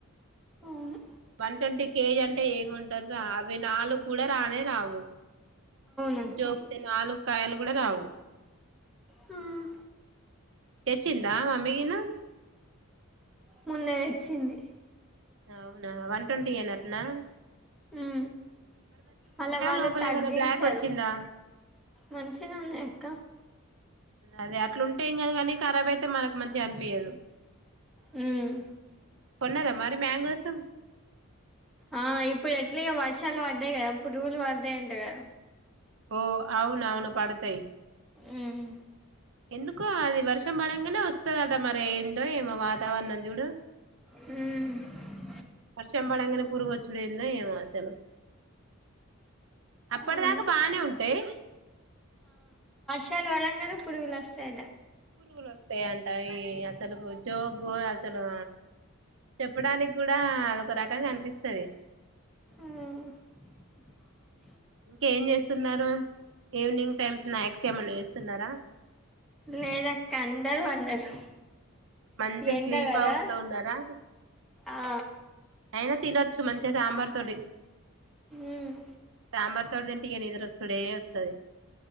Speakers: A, in the centre; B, on the right.
A: అవును
B: వన్ ట్వంటీ కేజీ అంటే ఏకొంటారా అవి నాలుగు కూడా రానే రావు
A: అవునక్క
B: జకుతే నాలుకాయలు కూడా రావు
A: హ్మ్
B: తెచ్చిందా మమ్మగినా
A: మున్నతేచ్చింది
B: అవునా వన్ ట్వంటీ ఏ నట్నా
A: ఉ అళ్ళ వాళ్ళు
B: లోపల
A: తగ్గించారు
B: ఏమన్నా బ్లాక్ వచ్చిందా
A: మంచినే ఉన్నాయి అక్క
B: అదే అట్లాంటే ఎంగదు కాని కారాబ్ అయితే మనకు మంచిగా అనిపియాదు
A: హ్మ
B: కోన్నార మరి మాంగోసు
A: ఆ ఇప్పుడు ఎట్లా వర్షాలు పడ్డాయి కదా పురుగులు పడ్తయి అంట కదా
B: ఓ అవును అవును పడతాయి
A: ఉమ్
B: ఎందుకో అది వర్షం పడంగానే వస్తుందట మరి ఏంటో ఏమో వాతావరణం చూడు
A: మ్మ్
B: వర్షం పడంగానే పురుగుచ్చుడయిందా ఏమో అసలు అప్పటి
A: అవును
B: దాకా బానే ఉంటాయి
A: చాలా అడంగానే పురుగులు వస్తాడ
B: పరుగులు వస్తాయంట ఈ అసాలుకు జోగు అసాలు చెప్పడానికి కూడా ఒక రకంగా అనిపిస్తాది
A: ఉమ్ <unintelligible>
B: ఇంకేం చేస్తున్నారు. ఈవినింగ్ టైమ్స్ స్నాక్స్ ఏమన్నా చేస్ స్తున్నారా
A: లేదక్క అందరూ అందరు
B: మంచి
A: ఎండ
B: స్లీప్
A: కదా
B: అవుట్ లో ఉన్నారా
A: ఆ
B: అయినా తినొచ్చు మంచిగా సాంబార్ తోటి
A: ఉమ్
B: సాంబార్ తోటి తింటే ఇగా నీదోరస్తూడే వస్తది.